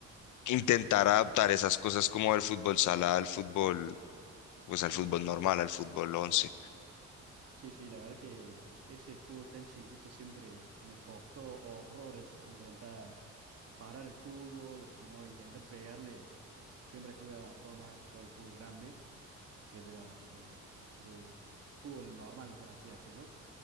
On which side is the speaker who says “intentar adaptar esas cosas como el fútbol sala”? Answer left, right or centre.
Left